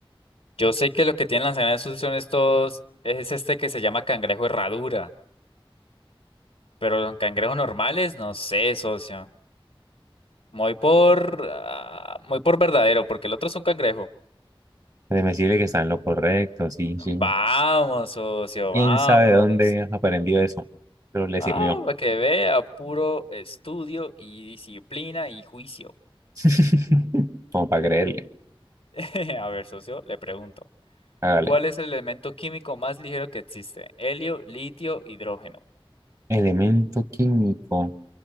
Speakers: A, on the left; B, on the right.
A: Yo sé que los que tienen las sus son estos, es este que se llama cangrejo herradura, pero los cangrejos normales, no sé, socio. Muy por, ah, muy por verdadero, porque el otro es un cangrejo.
B: Déjeme decirle que está en lo correcto, sí, sí.
A: Vamos, socio,
B: ¿Quién
A: vamos.
B: sabe de dónde has aprendido eso? Pero le
A: Ah,
B: sirvió.
A: para que vea, puro estudio y disciplina y juicio.
B: <laughs> Como para creerle.
A: <laughs> A ver, socio, le pregunto.
B: Hágale.
A: ¿Cuál es el elemento químico más ligero que existe? Helio, litio, hidrógeno.
B: Elemento químico.